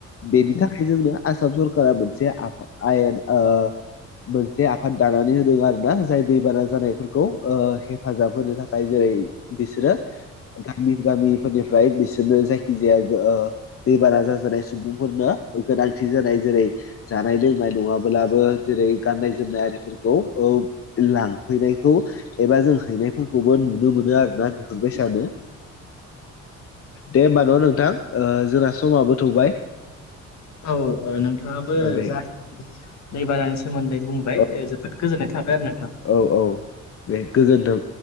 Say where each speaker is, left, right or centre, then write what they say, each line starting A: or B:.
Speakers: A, on the left (about 50°); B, on the left (about 65°).
A: बेनि थाखाय जोंनो आसाम सरका मोनसे आयेन ओ। मोनसे आफाद दानानै होदों आरो ना जाय दैबाना जानायफोरखौ ओ हेफाजाब होनो थाखाय जेरै। बिसोरो गामि गामिफोरनिफ्राय बिसोरनो जायखि। जेयाबो ओ दैबाना जाजानाय सुबुंफोरनो गोनांथि जानाय जेरै। जानाय लोंनाय नङाब्लाबो जेरै गाननाय जोमनाय आरिफोरखौ। लांफैनायखौ एबा जों हैनायफोरखौबो नुनो मोनो आरोना। हरबाय सानो दे होमबा। अ नोंथां ओ जोंना समाबो थौबाय।
B: औ ओ नोंथाङाबो
A: औ दे
B: जा दै बानानि सोमोन्दै बुंबाय
A: औ
B: जोबोद गोजोननाय थाबाय आरो नोंथां।
A: औ औ दे गोजोनथों।